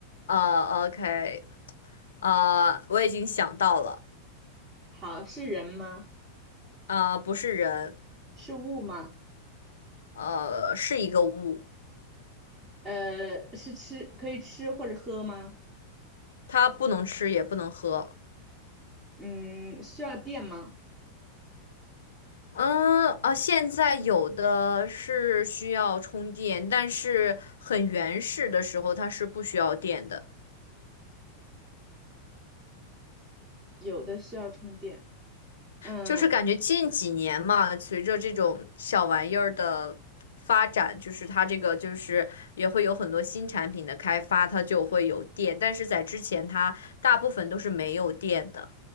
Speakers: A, on the left (about 65°); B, on the right (about 20°).
A: 呃，OK，呃，我已经想到了，
B: 好，是人吗？
A: 呃，不是人，
B: 是物吗？
A: 呃，是一个物，
B: 呃，是吃，可以吃或者喝吗？
A: 它不能吃也不能喝。
B: 嗯，需要电吗？
A: 嗯啊，现在有的是需要充电，但是很原始的时候它是不需要电的。
B: 有的需要充电。嗯，
A: 就是感觉近几年嘛，随着这种小玩意儿的发展，就是它这个就是也会有很多新产品的开发，它就会有电，但是在之前它大部分都是没有电的。